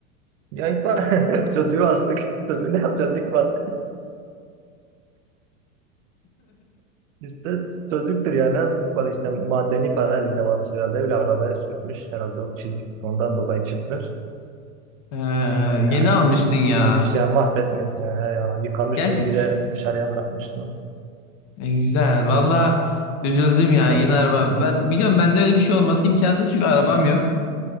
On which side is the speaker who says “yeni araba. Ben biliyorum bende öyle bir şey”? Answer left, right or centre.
Left